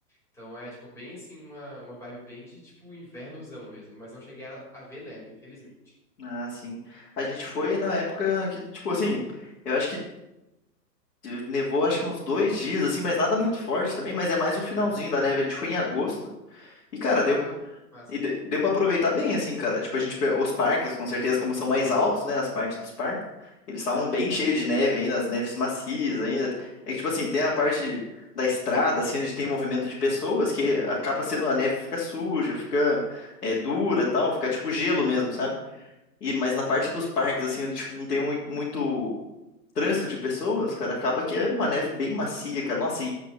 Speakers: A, in the centre; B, on the left.
A: Então é, tipo, bem assim, uma, uma vibe bem de, tipo, invernozão mesmo. Mas não cheguei a, a ver neve, infelizmente.
B: Ah, sim. A gente foi na época que, tipo assim, eu acho que nevou acho que uns dois dias, assim, mas nada muito forte também, mas é mais o finalzinho
A: Aham.
B: da neve. A gente foi em agosto. E, cara,
A: Ah,
B: deu
A: massa.
B: E de- deu pra aproveitar bem, assim, cara. Tipo, a gente, pe- os parques, com certeza, como são mais altos, né, as partes dos parques, eles estavam bem cheios de neve ainda, as neves macias ainda. É que, tipo assim, tem a parte da estrada, assim, onde tem movimento de pessoas, que acaba sendo a neve fica suja, fica é, dura, tal, fica tipo gelo mesmo,
A: Aham.
B: sabe? E, mas na parte dos parques, assim, onde tipo, não tem mui- muito trânsito de pessoas, cara, acaba que é uma neve bem macia, cara. Nossa,